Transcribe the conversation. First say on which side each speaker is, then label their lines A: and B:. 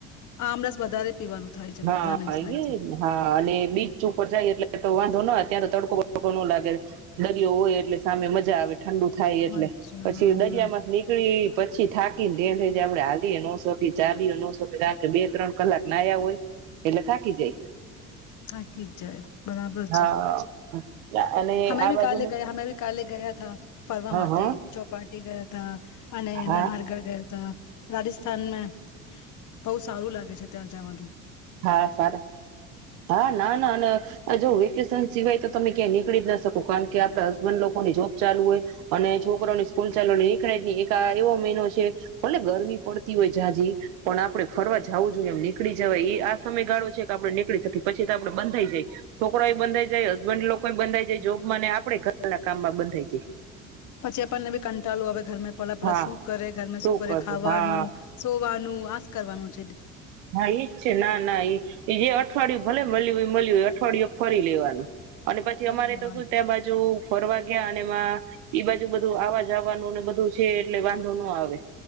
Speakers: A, on the left (about 45°); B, on the right (about 60°).
A: આમરસ વધારે. પીવાનું થાય છે
B: હા
A: બધાને જ થાય
B: એ
A: છે
B: હા અને બીચ ઉપર જાઈ એટલે તો વાંધો નો આવે ત્યાં તો તડકો બડકો નો લાગે દરિયો હોય એટલે સામે મજા આવે. ઠંડુ થાય એટલે
A: મજા
B: પછી દરિયામાં નીકળી પછી થાક કીને ઘેન થઈ જાય આપડે હાલીએ નો સકી ચાલીએ નો શકી કારણ કે બે ત્રણ કલાક નાયા હોય. એટલે થાકી જઈ
A: થાકી જ જાય બરાબર
B: હા
A: છે.
B: અને
A: અમે
B: આ
A: બી
B: બાજુ
A: કાલે ગયા અમે બી કાલે ગયાથા ફરવા
B: હા
A: માટે
B: હા
A: ચોપાટી ગયાતા અને
B: હા
A: નહરગઢે ત રાજસ્થાનના બહુ સારું લાગે છે ત્યાં જાવાનું.
B: હા સારાસ. હા, ના, ના અને આ જોવો વેકેશન સિવાય તો તમે ક્યાંય નીકળી જ ન શકો કારણ કે આપડા હસબન્ડ લોકોની જોબ ચાલુ હોય, અને છોકરાવની સ્કૂલ ચાલુ, એટલે નીકળાય જ નહીં. એક આ એવો મહિનો છે, ભલે ગરમી પડતી હોય જાજી, પણ આપડે ફરવા જાવું જોઈએ એમ નીકળી જવાય, ઈ આ સમયગાળો છે કે આપડે નીકળી શકી પછી તો આપણે બંધાઈ જાય, છોકરોય બંધાઈ જાય, હસબન્ડ લોકોય બંધાઈ જાય
A: <unintelligible>
B: જોબમાં ને આપડે ઘરના કામમાં બંધાઈ જાય
A: પછી આપણને ભી કંટાળુ આવેહ ઘરમાં પળપળા
B: હા
A: શું કરે, ઘર શું કરે,
B: કરવું
A: ખાવાનું
B: હા
A: શું વાનું આસ કરવાનું છે તે
B: હા એજ છે, ના, ના ઈ જે અઠવાડિયું ભલે મલ્યું ઈ મલ્યું, અઠવાડિયુ એક ફરી લેવાનું. અને પછી
A: કરી
B: અમારે
A: લેવાનું
B: તો હું, ત્યાં બાજુ ફરવા ગયા એમાં ઈ બાજુ બધું આવા જવાનું ને ઈ બધું છે, એટલે વાંધો નો આવે,